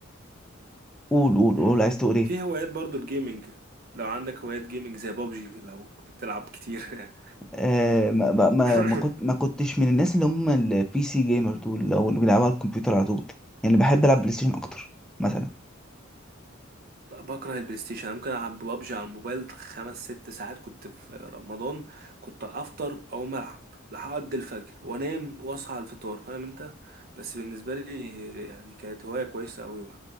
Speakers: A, in the centre; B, on the right.
A: قول قول
B: مم.
A: قول عايز تقول ايه
B: في هوايات برضو الجيمنج لو عندك هوايات جيمنج زي بابجي لو كنت بتلعب كتير
A: آه، ما ما ما
B: <laughs>
A: ما كنت
B: <coughs>
A: ما كنتش من الناس اللي هم البي سي جيمر دول او اللي بيلعبوا على الكمبيوتر على طول يعني بحب العب بلاي ستيشن اكتر مثلا
B: بكره البلاي ستيشن انا ممكن العب ببجي على الموبايل خمس ست ساعات كنت في رمضان كنت افطر او العب لحد الفجر وانام واصحى على الفطار فاهم انت بس بالنسبه لي يعني كانت هوايه كويسه قوي